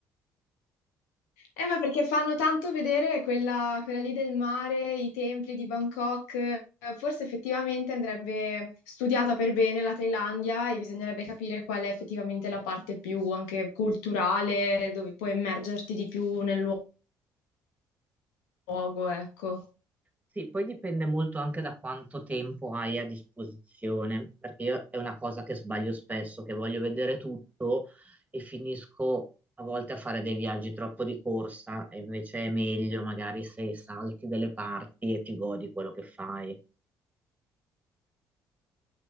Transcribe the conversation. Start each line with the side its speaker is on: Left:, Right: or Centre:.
Left: Eh, ma perché fanno tanto vedere quella, quella lì del mare, i templi di Bangkok. Eh, Forse effettivamente andrebbe studiata per bene la Thailandia e bisognerebbe capire qual è effettivamente la parte più anche culturale, dove puoi immergerti di più nel luo- luogo, ecco.
Right: Sì, poi dipende molto anche da quanto tempo hai a disposizione, perché io è una cosa che sbaglio spesso, che voglio vedere tutto e finisco a volte a fare dei viaggi troppo di corsa, e invece è meglio magari se salti delle parti e ti godi quello che fai.